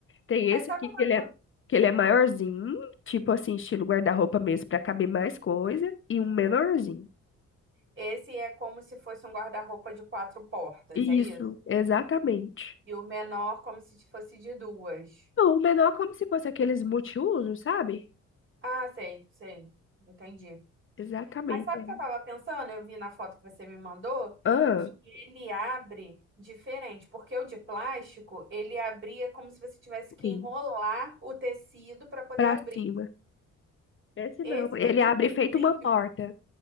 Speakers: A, on the left (about 40°); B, on the right (about 40°).
A: Tem
B: Mas
A: esse
B: sabe
A: aqui
B: uma
A: que ele
B: coisa?
A: é, que ele é maiorzinho, tipo assim, estilo guarda-roupa mesmo, pra caber mais coisa, e um menorzinho.
B: Esse é como se fosse um guarda-roupa de quatro portas,
A: Isso,
B: é isso?
A: exatamente.
B: E o menor como se fosse de duas.
A: Não, o menor é como se fosse aqueles multiuso sabe?
B: Ah, sei, sei. Entendi.
A: Exatamente.
B: Aí sabe
A: É.
B: o que eu tava pensando? Eu vi na foto que você me mandou
A: Ah,
B: que ele abre diferente, porque o de plástico, ele abria como se você tivesse que
A: sim,
B: enrolar o tecido para poder
A: pra
B: abrir.
A: cima. Esse
B: Esse
A: não, ele
B: tem tipo
A: abre
B: um
A: feito
B: trilho
A: uma porta.